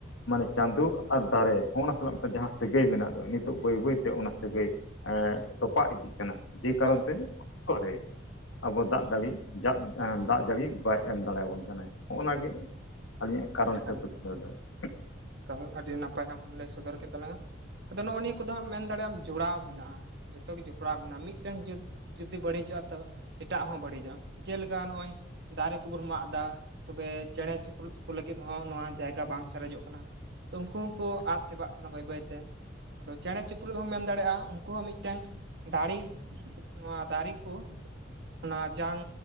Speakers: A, on the left; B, on the right.
A: ᱢᱟᱱᱮ ᱪᱟᱸᱫᱳ ᱟᱨ ᱫᱟᱨᱮ ᱦᱚᱸᱜ-ᱚᱱᱟ ᱥᱟᱞᱟᱜ ᱡᱟᱦᱟᱸ ᱥᱟᱹᱜᱟᱹᱭ ᱢᱮᱱᱟᱜ ᱫᱚ, ᱱᱤᱛᱚᱜ ᱵᱟᱹᱭ ᱵᱟᱹᱭᱛᱮ ᱚᱱᱟ ᱥᱟᱹᱜᱟᱹᱭ ᱮᱸ ᱛᱚᱯᱟᱜ ᱤᱫᱤᱜ ᱠᱟᱱᱟ, ᱡᱮ
B: ᱮᱠᱟᱞ
A: ᱠᱟᱨᱚᱱ ᱛᱮ ᱚᱠᱛᱚ ᱨᱮ᱾ ᱟᱵᱚ ᱫᱟᱜ ᱫᱟᱲᱤ ᱡᱟᱜ ᱮ ᱫᱟᱜ ᱡᱟᱲᱤ ᱵᱟᱭ ᱮᱢ ᱫᱟᱲᱮᱭᱟᱵᱚᱱ ᱠᱟᱱᱟᱭ, ᱦᱚᱜᱼᱚ ᱱᱟ ᱜᱮ ᱟᱹᱞᱤᱧᱟᱜ ᱠᱟᱨᱚᱱ
B: ᱮᱠᱟᱞ
A: ᱦᱤᱥᱟᱹᱵ <unintelligible>
B: <unintelligible> ᱟᱹᱰᱤ ᱱᱟᱯᱟᱭ ᱟᱢ ᱦᱚᱢ ᱞᱟᱹᱭ ᱥᱚᱫᱚᱨ ᱠᱮᱫ ᱛᱟᱞᱟᱝᱟ ᱾ ᱟᱫᱚ ᱱᱚᱜ-ᱚ ᱱᱤᱭᱟᱹ ᱠᱚᱫᱚ ᱦᱟᱸᱢ ᱢᱮᱱ ᱫᱟᱲᱮᱭᱟᱜ-ᱟᱢ ᱡᱚᱲᱟᱣ ᱢᱮᱱᱟᱜ-ᱟ, ᱡᱚᱛᱚ ᱜᱮ ᱡᱚᱯᱲᱟᱣ ᱢᱮᱱᱟᱜ-ᱟ ᱢᱤᱫᱴᱮᱱ ᱡᱚ ᱡᱩᱫᱤ ᱵᱟᱹᱲᱤᱡᱚᱜ-ᱟ ᱛᱚ ᱮᱴᱟᱜ ᱦᱚᱸ ᱵᱟᱹᱲᱤᱡᱚᱜ-ᱟ, ᱡᱮᱞᱮᱠᱟ ᱱᱚᱜ-ᱚᱭ ᱫᱟᱨᱮ ᱠᱩᱵᱩᱱ ᱢᱟᱜ ᱮᱫᱟ ᱛᱚᱵᱮ ᱪᱮᱬᱮ ᱪᱤᱯᱨᱩᱫ ᱩᱱᱠᱩ ᱞᱟᱹᱜᱤᱫ ᱦᱚᱸ ᱱᱚᱣᱟ ᱡᱟᱭᱜᱟ ᱵᱟᱝ ᱥᱟᱨᱮᱡᱚᱜ ᱠᱟᱱᱟ, ᱛᱚ ᱩᱱᱠᱩ ᱦᱚᱸᱠᱚ ᱟᱫ ᱪᱟᱵᱟᱜ ᱠᱟᱱᱟ ᱵᱟᱹᱭ ᱵᱟᱹᱭ ᱛᱮ ᱾ ᱟᱫᱚ ᱪᱮᱬᱮ ᱪᱤᱯᱨᱩᱫ ᱦᱚᱸᱢ ᱢᱮᱱ ᱫᱟᱲᱮᱜ-ᱟ ᱩᱱᱠᱩ ᱦᱚᱸ ᱢᱤᱫᱴᱮᱱ ᱫᱟᱲᱮ ᱱᱚᱶᱟ ᱫᱟᱨᱤ ᱠᱩ᱾ ᱚᱱᱟ ᱡᱟᱝ